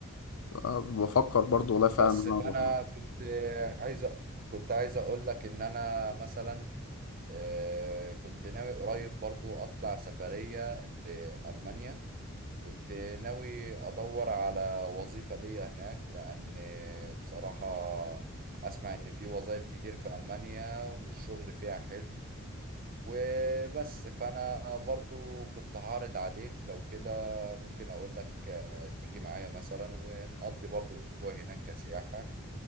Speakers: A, on the left (about 70°); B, on the right (about 40°).
A: آه، بفكر برضو والله فعلا
B: بس
A: ان انا
B: فانا
A: اروح
B: كنت عايز أ- كنت عايز اقول لك ان انا مثلا آه، كنت ناوي قريب برضو اطلع سفريه لالمانيا كنت ناوي ادور على وظيفه ليا هناك لان بصراحه اسمع ان في وظائف كتير في المانيا والشغل فيها حلو وبس فانا برضو كنت هعرض عليك لو كده ممكن اقول لك آه، تيجي معايا مثلا ونقضي برضو اسبوع هناك كسياحة